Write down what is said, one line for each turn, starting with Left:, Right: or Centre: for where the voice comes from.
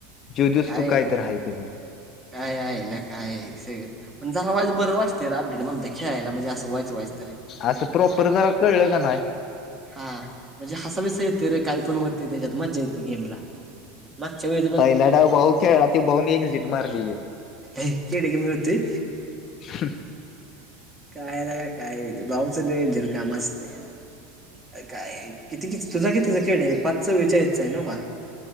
Left: जो दिवस
Right: काय.
Left: तू तर आहे ते
Right: काय आयला काय एक स पण जरा वयच बंर वाटतं अपडेट खेळाय म्हणजे असंयचयचं.
Left: असं प्रॉपर जरा कळलं का नाय
Right: हा म्हणजे हसा विसा येत रे काही पण होते त्याच्यात मज्जा येते गेम ला मागच्या वेळ
Left: पहिला डाव भाऊ खेळला ती भाऊ नी एक झीत मारली हे.
Right: अय किड कमी होतयं
Left: हम्म
Right: काय ला का काय भाऊचं डेंजर काम असतयं. काय किती किती तुझा कितीचा खेड आहे पाच चव्वेचाळीस आहे नवं का.